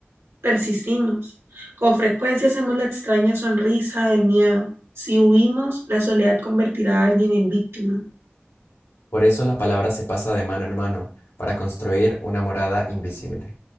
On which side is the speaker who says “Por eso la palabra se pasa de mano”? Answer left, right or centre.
Left